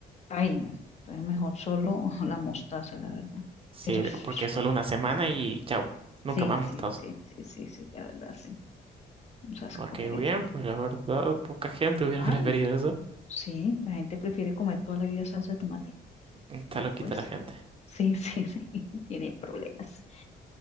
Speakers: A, on the left; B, on the right.
A: Ay, no. Entonces mejor solo <laughs> la mostaza, la verdad.
B: Sí,
A: Pero so-
B: porque es solo una semana y chau, nunca
A: sí,
B: más
A: sí,
B: mostaza.
A: sí, sí, sí, sí, la verdad, sí. Vamos a escoger
B: Ok,
A: esa.
B: bien, pues la verdad, poca gente <laughs> hubiera
A: Ay,
B: preferido eso.
A: sí, la gente prefiere comer toda la vida salsa de tomate.
B: Está
A: Ya
B: loquita
A: pues,
B: la gente.
A: sí, sí, <laughs> sí, tiene problemas.